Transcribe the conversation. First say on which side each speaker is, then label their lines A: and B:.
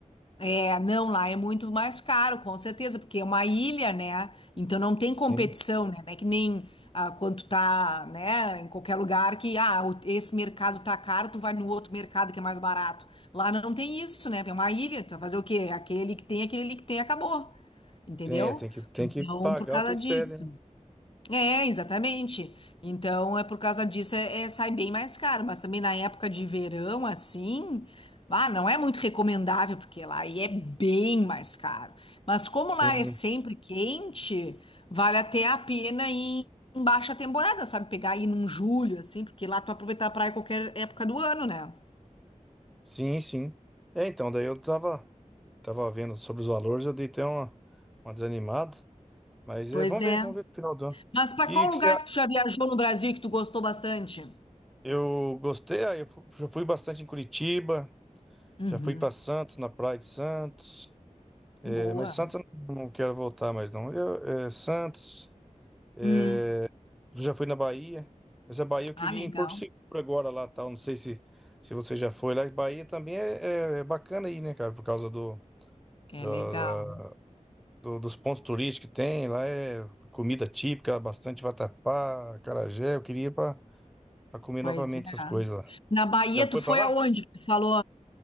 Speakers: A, on the left; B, in the centre.
A: É, não, lá é muito mais caro, com certeza, porque é uma ilha, né? Então não tem competição,
B: Sim,
A: né? Não é que nem ah, quando tu tá, né, em qualquer lugar que, ah, o- esse mercado tá caro, tu vai no outro mercado que é mais barato. Lá não tem isso, né? É uma ilha, tu vai fazer o quê? Aquele que tem, aquele ali que tem, acabou. Entendeu?
B: tem, é, tem que, tem
A: Então,
B: que pagar
A: por causa
B: o que eles
A: disso.
B: pedem, né?
A: É, exatamente. Então, é por causa disso, é, é- sai bem mais caro. Mas também na época de verão, assim, ah, não é muito recomendável, porque lá aí é bem mais caro. Mas como
B: Sim,
A: lá é sempre quente, vale até a pena ir em baixa temporada, sabe? Pegar ir num julho, assim, porque lá tu aproveitar a praia qualquer época do ano, né?
B: sim, sim. É, então, daí eu tava, tava vendo sobre os valores, eu dei até uma, uma desanimada, mas
A: Pois
B: é, vamos
A: é.
B: ver, vamos ver no final do ano.
A: Mas para
B: E
A: qual
B: o
A: lugar
B: que você, a-
A: que tu já viajou no Brasil e que tu gostou bastante?
B: eu gostei, ah, eu fu- já fui bastante em Curitiba,
A: Uhum.
B: Já fui para Santos, na Praia de Santos. É,
A: Boa.
B: mas Santos eu não não quero voltar mais, não. Eu, é, Santos. é,
A: Hum.
B: já fui na Bahia. Mas a Bahia eu queria
A: Ah, legal.
B: ir em Porto Seguro agora lá, tal. Não sei se, se você já foi lá. Bahia também é, é- é bacana aí, né, cara? Por causa do, da-
A: É legal.
B: da- do- dos pontos turísticos que tem. Lá é comida típica, bastante vatapá, acarajé. Eu queria ir para comer
A: Pois
B: novamente
A: é.
B: essas coisas lá.
A: Na Bahia,
B: Já foi
A: tu foi
B: para lá?
A: aonde que tu falou?